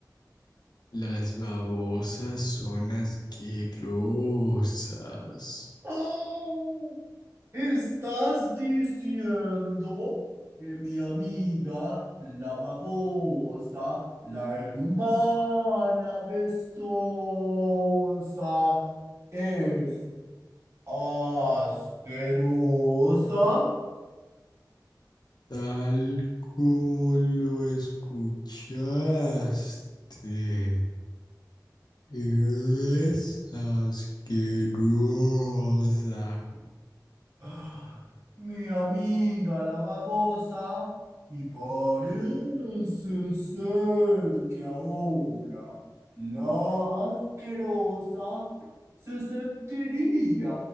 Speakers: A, on the left (about 70°); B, on the right (about 40°).
A: Las babosas son asquerosas.
B: ¡Ah! ¿Estás diciendo que mi amiga, la babosa, la hermana de Sosa, es asquerosa?
A: Tal como lo escuchaste, es asquerosa.
B: ¡Ah! Mi amiga la babosa, y parece ser que ahora la asquerosa se sentiría